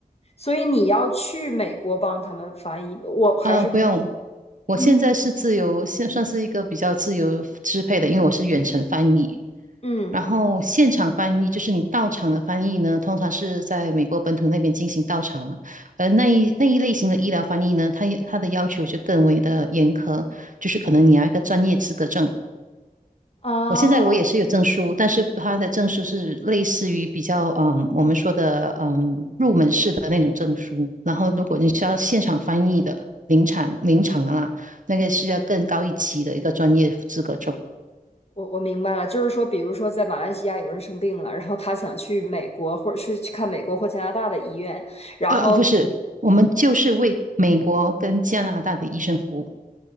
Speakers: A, on the left; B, on the right.
A: 所以你要去美国帮他们翻译，我还是
B: 啊，不用。我现在是自由，
A: 嗯
B: 现算是一个比较自由支配的，因为我是远程翻译，
A: 嗯
B: 然后现场翻译就是你到场的翻译呢，通常是在美国本土那边进行到场了。而那一那一类型的医疗翻译呢，它也它的要求就更为的严苛，就是可能你要一个专业资格证。
A: 啊。
B: 我现在我也是有证书，但是它的证书是类似于比较嗯我们说的嗯入门式的那种证书。然后如果你是要现场翻译的临场临场的啦，那个是要更高一级的一个专业资格证。
A: 我我明白了，就是说，比如说在马来西亚有人生病了，然后他想去美国，或者是去看美国或加拿大的医院，然后
B: 啊啊，不是，我们就是为美国跟加拿大的医生服务。